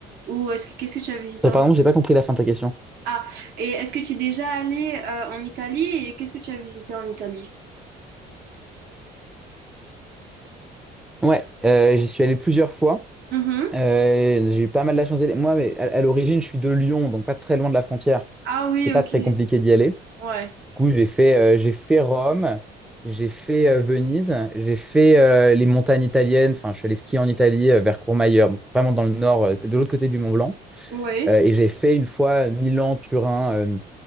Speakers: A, on the right; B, in the centre.
A: Ou est-ce que qu'est-ce que tu as visité
B: Attends,
A: en...
B: pardon, j'ai pas compris la fin de ta question.
A: Ah, et est-ce que tu es déjà allé euh, en Italie et qu'est-ce que tu as visité en Italie?
B: Ouais, euh, j'y suis allé plusieurs fois.
A: Mhm.
B: Euh, j'ai eu pas mal la chance d'y aller. Moi, mais à, à l'origine, je suis de Lyon, donc pas très loin de la frontière.
A: Ah oui,
B: C'est
A: ok.
B: pas très compliqué d'y aller.
A: Ouais.
B: Du coup, j'ai fait, euh, j'ai fait Rome, j'ai fait euh, Venise, j'ai fait euh, les montagnes italiennes. Enfin, je suis allé skier en Italie euh, vers Courmayeur, donc vraiment dans le nord, euh, de l'autre côté du Mont Blanc.
A: Ouais.
B: Euh, et j'ai fait une fois Milan, Turin, euh,